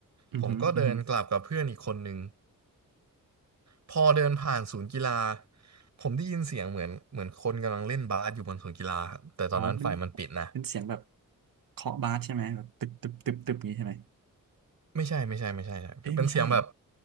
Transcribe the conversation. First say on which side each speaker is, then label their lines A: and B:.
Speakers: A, on the right (about 75°); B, on the right (about 55°).
A: อือฮึอือฮึ
B: ผมก็เดินกลับกับเพื่อนอีกคนนึงพอเดินผ่านศูนย์กีฬาผมได้ยินเสียงเหมือนเหมือนคนกำลังเล่นบาสอยู่บนศูนย์กีฬาครับแต่ตอนนั้นไฟมันปิดนะ
A: อ๋อเป็นเป็นเสียงแบบเคาะบาสใช่ไหมแบบตึบตึบตึบตึบอย่างนี้ใช่ไหม
B: ไม่ใช่ไม่ใช่ไม่ใช่ใช่เป็นเสียงแบบ
A: เอ้ยไม่ใช่